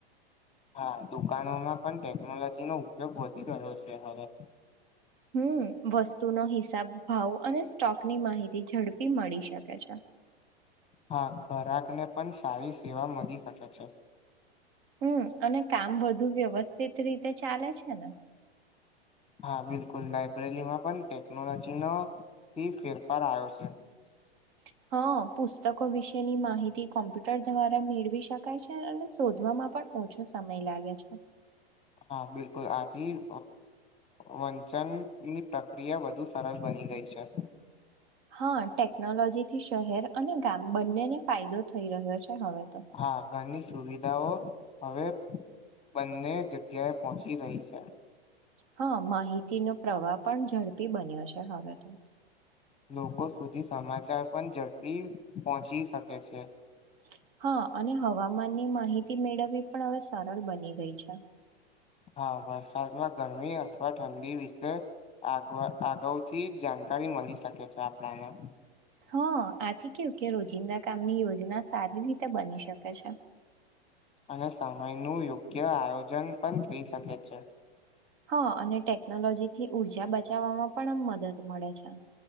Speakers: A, on the left (about 20°); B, on the right (about 55°).
A: હા દુકાનોમાં પણ ટેકનોલોજી નો ઉપયોગ વધી રહ્યો છે હવે
B: હમ વસ્તુનો હિસાબ ભાવ અને સ્ટોકની માહિતી ઝડપી મળી શકે છે <inaudible>
A: હા ઘરાકને પણ સારી સેવા મળી શકે છે
B: હમ અને કામ બધુ વ્યવસ્થિત રીતે ચાલે છે ને
A: હા બિલકુલ લાયબ્રેરીમાં પણ ટેકનોલોજી નથી ફેરફાર આવ્યો છે
B: <inaudible> હા પુસ્તકો વિશેની માહિતી કોમ્પ્યુટર દ્વારા મેળવી શકાય છે અને શોધવામાં પણ ઓછો સમય લાગે છે
A: હા બિલકુલ આથીં વંચનની પ્રક્રિયા વધુ સરસ બની બની ગઈ છે
B: હા ટેકનોલોજી થી શહેર અને ગામ બંનેને ફાયદો થઈ રહ્યો છે હવે તો
A: હા ઘરની સુવિધાઓ હવે બંને જગ્યાએ પહોંચી રહી છે
B: હા માહિતીનો પ્રવાહ પણ ઝડપી બન્યો છે હવે તો
A: લોકો સુધી સમાચાર પણ ઝડપી પહોંચી શકે છે
B: <inaudible> હા અને હવામાનની માહિતી મેળવવી પણ હવે સરળ બની ગઈ છે
A: હા વરસાદમાં ગરમી અથવા ઠંડી વિશે આગ અગાઉ થી જાણકારી મળી શકે છે આપણાને
B: હ આથી કેવું કે રોજિંદા કામની યોજના સારી રીતે બની શકે છે
A: અને સમય નું યોગ્ય આયોજન પણ થઈ શકે છે
B: હા અને ટેકનોલોજી થી ઉર્જા બચાવવામાં પણ આમ મદદ મળે છે